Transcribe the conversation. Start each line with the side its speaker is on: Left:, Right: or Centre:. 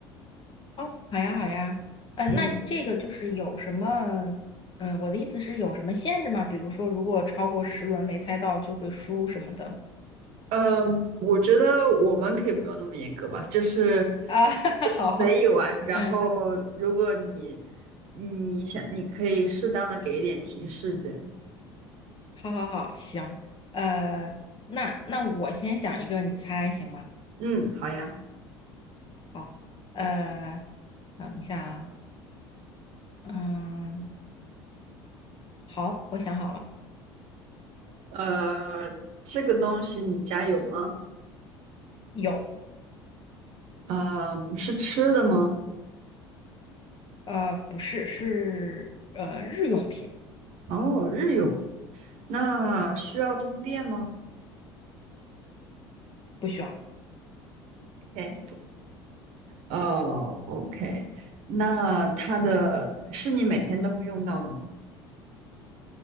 Left: 哦，好呀，好呀，嗯、
Right: 嗯，
Left: 呃，那这个就是有什么，嗯、我的意思是有什么限制吗？比如说，如果超过十轮没猜到就会输什么的
Right: 呃，我觉得我们可以不用那么严格吧，就是
Left: 啊？<laughs>
Right: 嗯随意玩。
Left: 好，
Right: 然后
Left: 嗯，
Right: 如果你你想，你可以适当的给一点提示，这样。
Left: 好好好，行，呃，那那我先想一个，你猜行吗？
Right: 嗯，好呀。
Left: 好，呃，等一下啊，嗯，好，我想好了，
Right: 呃，这个东西你家有吗？
Left: 有，
Right: 呃，是吃的吗？
Left: 呃，不是，是呃日用品。
Right: 哦，日用品。那需要通电吗？
Left: 不需要。
Right: 哎，哦，OK。那它的是你每天都会用到的吗？